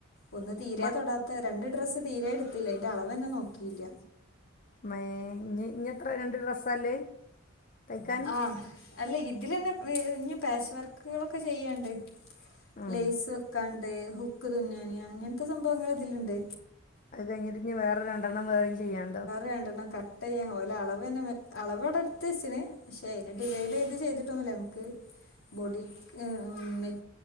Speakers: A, on the left; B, on the left.
A: ഒന്ന് തീരെ
B: മ
A: തൊടാത്ത രണ്ട് ഡ്രസ്സ് തീരെ എടുത്തില്ല അതിന്റെ അളവന്നെ നോക്കിയില്ല
B: ഇമ്മേ ഇനി എത്ര രണ്ട് ഡ്രസ്സാ ഇല്ലേ തൈക്കാൻ
A: ആ അല്ല ഇതിലന്നെ ഇഞ്ഞും പാച്ച് വർക്കുകളൊക്കെ ചെയ്യാണ്ട്
B: ഉം
A: ലേസ് വെക്കാണ്ട് ഹുക്ക് തുന്നാന് അങ്ങനത്തെ സംഭവങ്ങൾ ഇതില്ണ്ട്
B: അത് കഴിഞ്ഞിട്ട് ഇനി വേറെ രണ്ടെണ്ണം വേറെയും ചെയ്യാണ്ടോ
A: വേണ്ടെന്നെക്ക ഓലെ അളവ് തന്നെ അളവ് വടെ എടുത്ത് വച്ച്ണ് പക്ഷെ അയിനെ ഡിവൈഡ് ചെയ്ത് ചെയ്തിട്ടൊന്നുല നമ്മക്ക് ബോഡി വെൻ